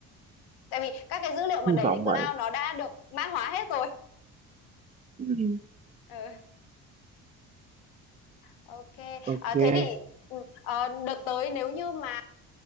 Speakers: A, on the left; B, on the right.
A: tại vì các cái dữ liệu mà
B: hy
A: đẩy
B: vọng
A: lên cloud
B: vậy
A: nó đã được mã hóa hết rồi
B: ừ.
A: ừ. Ok,
B: ok
A: à, thế thì ừ, ờ, đợt tới nếu như mà